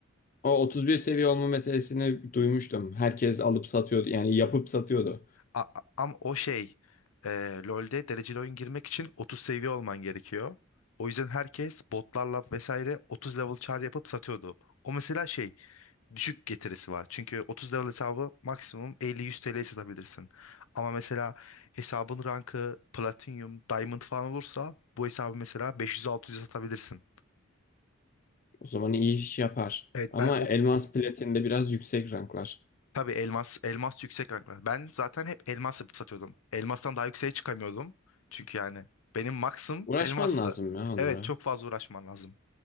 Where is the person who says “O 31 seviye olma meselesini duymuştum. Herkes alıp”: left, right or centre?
Left